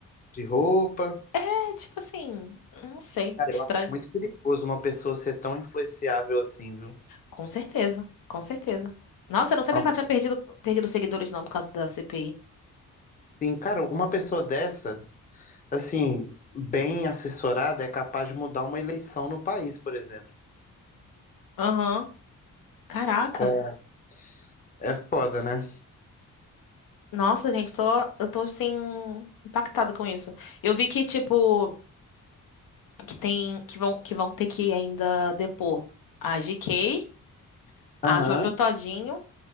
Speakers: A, on the left (about 25°); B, on the left (about 75°).
A: de roupa.
B: É, tipo assim, não sei,
A: Cara,
B: estranho.
A: eu acho que é muito perigoso uma pessoa ser tão influenciável assim, viu?
B: Com certeza, com certeza. Nossa, eu não sabia
A: Uma
B: que
A: pe-
B: ela tinha perdido, perdido seguidores não por causa da CPI.
A: Sim, cara, uma pessoa dessa, assim, bem assessorada, é capaz de mudar uma eleição no país, por exemplo.
B: Aham. Caraca.
A: Com... É É foda, né?
B: Nossa, gente, tô, eu tô assim impactada com isso. Eu vi que tipo que tem que vão que vão ter que ainda depor a GK a
A: Aham.
B: Jojo Todinho,